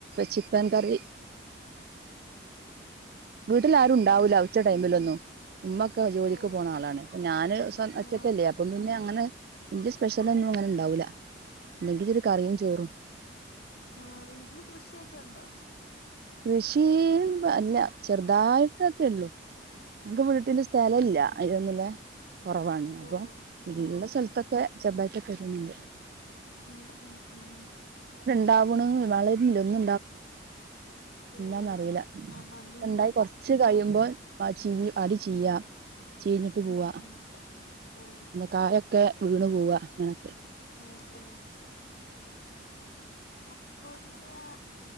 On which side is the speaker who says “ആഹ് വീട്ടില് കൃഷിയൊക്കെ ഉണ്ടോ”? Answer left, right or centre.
Left